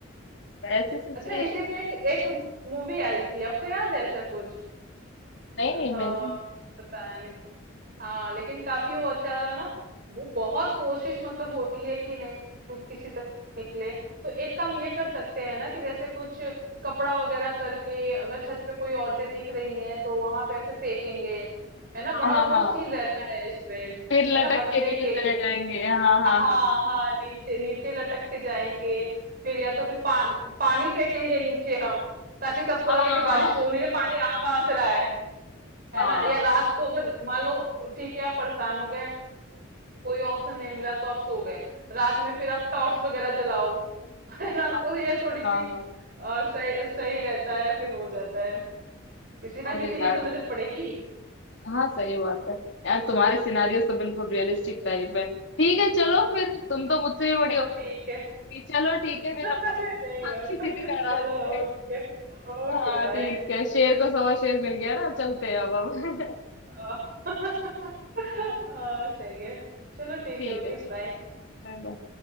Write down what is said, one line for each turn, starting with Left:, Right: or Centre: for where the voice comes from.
Left: ऐसी सिचुएशन
Right: अच्छा इसी पे एक, एक मूवी आई थी आपको याद है ऐसा कुछ
Left: नहीं
Right: क्या
Left: नहीं
Right: था
Left: मैंने
Right: पता नहीं हाँ लेकिन काफी वो अच्छा था ना वो बहुत कोशिश मतलब होती है कि नहीं किसी तरह निकले तो एक काम ये कर सकते हैं ना कि जैसे कुछ कपड़ा वगैरह करके अगर छत पे कोई औरतें दिख रही हैं तो वहां पे ऐसे फेंकेंगे है ना बड़ा
Left: हाँ हाँ हाँ
Right: वो सीन रहता है इसमें
Left: फिर
Right: है
Left: लटक
Right: ना बचने
Left: के नीचे
Right: के लिए
Left: चले जाएंगे हाँ हाँ
Right: हाँ
Left: हाँ
Right: हाँ नीचे नीचे लटक के जाएंगे फिर या तो फिर पा, पानी फेंकेंगे नीचे हम ताकि सबको
Left: हाँ
Right: लगे कि बारिश हो नहीं रही पानी आ कहाँ से रहा है है
Left: हाँ
Right: ना या रात को अगर मान लो ठीक है आप परेशान हो गए कोई ऑप्शन नहीं मिला तो आप सो गए रात में फिर आप टॉर्च वगैरह जलाओ <laughs> है ना
Left: हाँ
Right: तो ये थोड़ी सी
Left: हाँ हाँ
Right: अ, सही सही रहता है फिर हो जाता है किसी ना
Left: अरे
Right: किसी
Left: यार
Right: की तो नजर पड़ेगी
Left: हाँ सही बात है यार तुम्हारे सिनारियों तो बिल्कुल रियलिस्टिक टाइप है ठीक है चलो फिर तुम तो मुझसे भी बड़ी
Right: चलो
Left: हो
Right: ठीक है
Left: गई। चलो ठीक
Right: <laughs>
Left: है फिर हम
Right: अरे नहीं
Left: बात
Right: यार
Left: किसी दिन आराम
Right: चलो
Left: से
Right: ओके
Left: हाँ
Right: Okay bye
Left: ठीक है शेर को सवा शेर मिल गया ना चलते हैं अब हम।
Right: <laughs> हाँ सही है चलो
Left: <laughs>
Right: ठीक
Left: ठीक
Right: है ओके
Left: है चलो
Right: बाय
Left: बाय बाय।